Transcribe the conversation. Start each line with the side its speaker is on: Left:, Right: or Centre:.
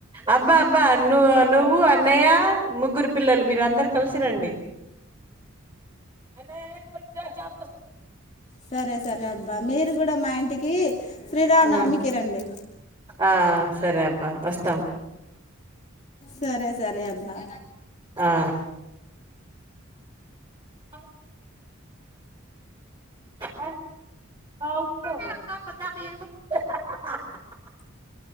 Right: అబ్బా అబ్బా ను నువ్వు అన్నయ్య ముగ్గురు పిల్లలు మీరు అందరు కలిసి రండి అన్నయ్య ఎప్పటికీ జాబ్ తొ
Left: సరే సరే అబ్బా మీరు కూడా మా ఇంటికి శ్రీరామనవమికి
Right: ఆ
Left: రండి,
Right: ఆ సరే అబ్బా వస్తాం
Left: సరే సరే అబ్బా
Right: ఆ అ <unintelligible>